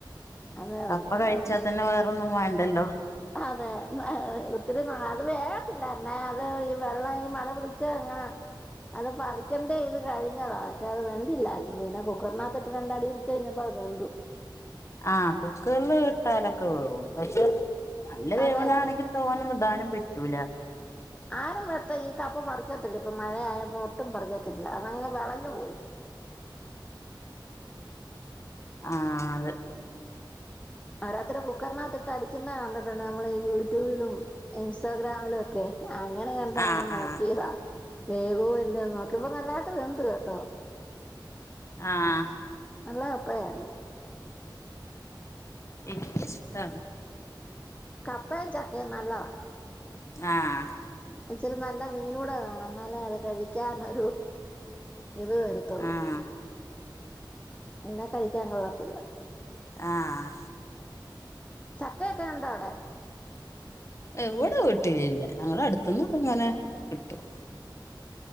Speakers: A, on the left; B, on the left.
A: അതേ
B: കപ്പ
A: ഉള്ളൂ
B: കഴിച്ചാൽ തന്നെ വേറൊന്നും വേണ്ടല്ലോ
A: അതെ ഒത്തിരി അത് വേഗത്തില്ലാരന്നെ അത് ഈ വെള്ളം ഈ മഴ പിടിച്ചങ്ങ അത് പറിക്കേണ്ടെ ഇത് കഴിഞ്ഞതാ പക്ഷെ അത് വെന്തില്ലായിരുന്നു പിന്നെ കുക്കറിനകത്ത് ഇട്ട് ണ്ടടി കഴിഞ്ഞപ്പോ ത് വെന്തു
B: ആഹ് കുക്കറ്ല് ഇട്ടാലൊക്കെ വേവും പക്ഷെ നല്ല വേവണാണെങ്കിൽ
A: അതെ
B: തോനൊന്നും ഇടാനും പറ്റൂല
A: ആരും വെട്ട ഈ കപ്പ പറിക്കത്തില്ല ഇപ്പൊ മഴയപ്പോ ഒട്ടും പറിക്കത്തില്ല അതങ്ങ് വളഞ്ഞു പോയി
B: ആഹ് അതെ
A: പോരാത്തതിന് കുക്കറിനകത്തി ഇട്ട് അടിക്കുന്ന കണ്ടിട്ടുണ്ട് നമ്മൾ ഈ യൂട്യൂബിലും ഇൻസ്റ്റാഗ്രാമിലും ഒക്കെ അങ്ങനെ കണ്ട നമ്മള്
B: ആഹ്
A: നോക്കിയതാ
B: ആഹ്
A: വേകുമോ ഇല്ലയോ നോക്കിയപ്പോ നല്ലായിട്ട് വെന്ത് കേട്ടോ
B: ആഹ്
A: നല്ല അപ്പായായിരുന്നു
B: എനിക്കിഷ്ട
A: കപ്പയും ചക്കയും നല്ലതാ
B: ആഹ്
A: ഇച്ചിരി നല്ല മീനൂടെ വേണം ന്നാലേ അത് കഴിക്കനൊരു ഇത് വരത്തുള്ളൂ
B: ആഹ്
A: എന്നാ കഴിക്കാൻ കൊള്ളത്തില്ല
B: ആഹ്
A: ചക്കയൊക്കെ ഉണ്ടോ അവടെ
B: ഇവിടെ വിട്ടീല്ല് ല്ല ഞങ്ങൾ അടുത്തുനിന്ന് ഒക്കെ ഇങ്ങനെ കിട്ടും